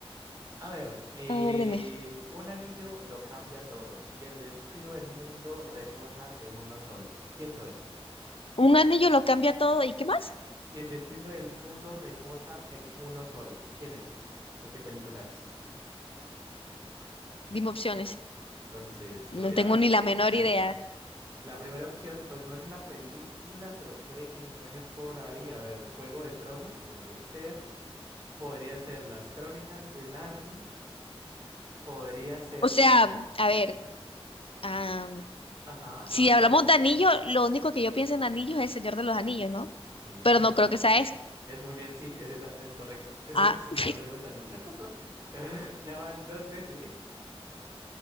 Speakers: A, on the right (about 35°); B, on the left (about 60°).
A: A ver, eh,
B: A ver, dime.
A: un anillo lo cambia todo y el destino del mundo reposa en uno solo. ¿Quién soy?
B: Un anillo lo cambia todo. ¿Y qué más?
A: Y el destino del mundo reposa en uno solo. ¿Quién es? ¿O qué película es?
B: Dime opciones.
A: Entonces, te
B: No
A: voy a
B: tengo
A: dar
B: ni la
A: opciones.
B: menor idea.
A: La primera opción, pues no es una película, pero puede que encaje por ahí. A ver, Juego de Tronos podría ser. Podría ser Las Crónicas de Narnia. Podría ser.
B: O sea, a ver, am,
A: Ajá, ajá,
B: si hablamos
A: dime.
B: de anillo, lo único que yo pienso en anillos es el Señor de los Anillos, ¿no?
A: Sí,
B: Pero
A: muy
B: no
A: bien.
B: creo que sea esa.
A: Es muy bien, sí, es esa, es correcto. Es
B: Ah,
A: el Señor
B: <laughs>
A: de los Anillos. <laughs> Ya van dos veces.